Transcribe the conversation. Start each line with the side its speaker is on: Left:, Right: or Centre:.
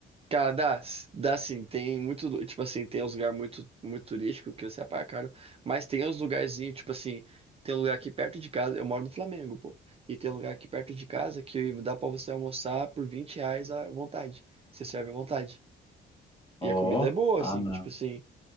Right: Cara, dá, dá sim. Tem muito, lu- tipo assim, tem uns lugares muito, muito turístico que você paga caro, mas tem uns lugarzinhos, tipo assim, tem um lugar aqui perto de casa, eu moro no Flamengo, pô, e tem um lugar aqui perto de casa que dá pra você almoçar por 20 reais à vontade. Você serve à vontade. E
Left: Ó,
Right: a comida é boa,
Left: ah
Right: assim,
Left: não,
Right: tipo assim.